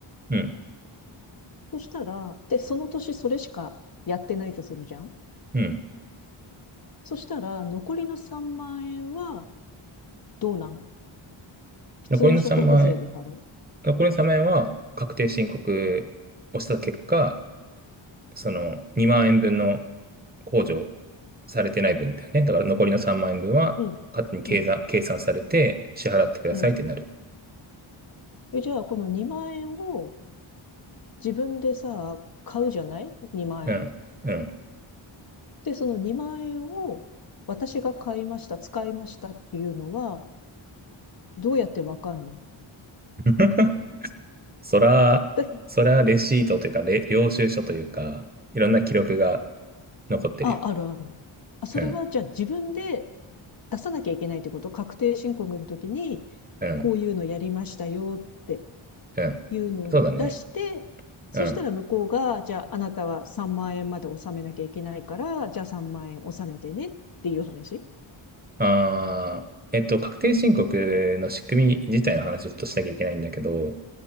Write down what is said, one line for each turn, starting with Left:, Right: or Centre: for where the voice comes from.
Right: うん、
Left: そしたら、で、その年それしかやってないとするじゃん
Right: うん。
Left: そしたら、残りの3万円は、どうなん普通に所得税で払う。
Right: 残りの3万円、残りの3万円は確定申告をした結果、その2万円分の控除されてない分だよね。だから残りの3万円分は勝手に計算、
Left: うん、うん、
Right: 計算されて支払ってくださいってなる。
Left: うん。でじゃあ、この2万円を自分でさ、買うじゃない ?2 万円。
Right: うん、うん。
Left: で、その2万円を私が買いました、使いましたっていうのは、どうやってわかんの
Right: <laughs> そら、
Left: で、
Right: そらレシートというか、れ領収書というか、いろんな記録が残ってるよ。
Left: あ、あるある。あ、それはじゃあ自分で
Right: うん、
Left: 出さなきゃいけないってこと確定申告の時に、
Right: うん、
Left: こういうのやりましたよって。
Right: うん。
Left: いうのを出して、
Right: そうだね。
Left: そしたら向こうが、
Right: うん。
Left: じゃああなたは3万円まで納めなきゃいけないから、じゃあ3万円納めてねっていう話。
Right: あー、えっと、確定申告の仕組み自体の話をちょっとしなきゃいけないんだけど、